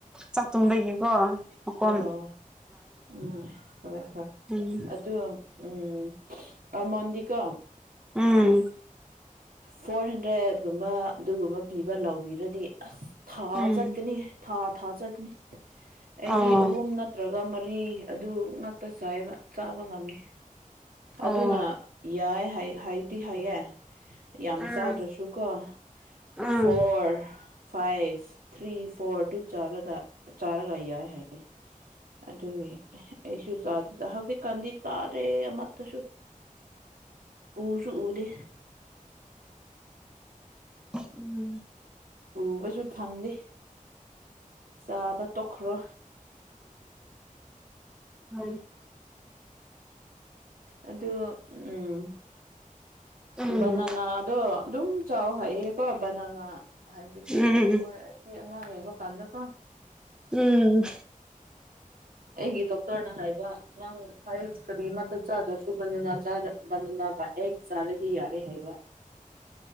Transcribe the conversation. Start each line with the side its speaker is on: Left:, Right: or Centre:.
Centre: ꯆꯥꯛꯇꯣꯡꯗꯒꯤꯀꯣ ꯃꯈꯀꯣꯝ
Right: ꯑꯥ ꯎꯝ ꯍꯣꯏ ꯍꯣꯏ
Centre: ꯎꯝ
Right: ꯑꯗꯨ ꯎꯝ ꯑꯃꯣꯟꯗꯤꯀꯣ
Centre: ꯎꯝ
Right: ꯐꯣꯔ ꯍꯟꯗ꯭ꯔꯦꯗꯒꯨꯝꯕ ꯑꯗꯨꯒꯨꯝꯕ ꯄꯤꯕ ꯂꯥꯎꯕꯤꯔꯗꯤ ꯑꯁ ꯊꯥ
Centre: ꯎꯝ
Right: ꯆꯠꯀꯅꯤ ꯊꯥ ꯊꯥ ꯆꯠꯅꯤ ꯑꯩꯗꯤ
Centre: ꯑꯣ
Right: ꯑꯍꯨꯝꯅ ꯅꯠꯇ꯭ꯔꯒ ꯃꯔꯤ ꯑꯗꯨ ꯉꯥꯛꯛꯇ ꯆꯥꯏꯕ ꯆꯥꯕ ꯉꯝꯅꯤ
Centre: ꯑꯣ
Right: ꯑꯗꯨꯅ ꯌꯥꯏ ꯍꯥꯏꯗꯤ ꯍꯥꯏꯌꯦꯦ ꯌꯥꯝ
Centre: ꯎꯝ
Right: ꯆꯥꯗ꯭ꯔꯁꯨ ꯀꯣ
Centre: ꯎꯝ
Right: ꯐꯣꯔ ꯐꯥꯏꯚ ꯊ꯭ꯔꯤ ꯐꯣꯔ ꯇꯗꯨ ꯆꯥꯔꯒ ꯌꯥꯏ ꯍꯥꯏꯦ ꯑꯗꯨꯒꯤ ꯑꯩꯁꯨ ꯆꯥꯗꯗ ꯍꯧꯖꯤꯛꯀꯥꯟꯗꯤ ꯆꯥꯗ꯭ꯔꯦ ꯑꯃꯠꯇꯁꯨ ꯎꯁꯨ ꯎꯗꯦ
Centre: ꯎꯝ
Right: ꯎꯕꯁꯨ ꯐꯪꯗꯦ ꯆꯥꯕ ꯇꯣꯛꯈ꯭ꯔꯣ
Centre: ꯍꯣꯏ
Right: ꯑꯗꯨ ꯎꯝ
Centre: ꯎꯝ
Right: ꯕꯅꯅꯥꯗꯣ ꯑꯗꯨꯝ ꯆꯥꯎ ꯍꯥꯏꯌꯦꯀꯣ ꯕꯅꯅꯥ ꯍꯥꯏꯕꯗꯤ
Centre: ꯎꯝ
Right: ꯑꯩꯈꯣꯏ ꯑꯉꯥꯡ ꯂꯩꯕ ꯀꯜꯂ ꯀꯣ
Centre: ꯎꯝ
Right: ꯑꯩꯒꯤ ꯗꯣꯛꯇꯔꯅ ꯍꯥꯏꯕ ꯅꯪ ꯍꯥꯏ ꯀꯔꯤꯃ ꯆꯥꯗ꯭ꯔꯁꯨ ꯒ ꯑꯦꯛ ꯆꯥꯔꯗꯤ ꯌꯥꯔꯦ ꯍꯥꯏꯕ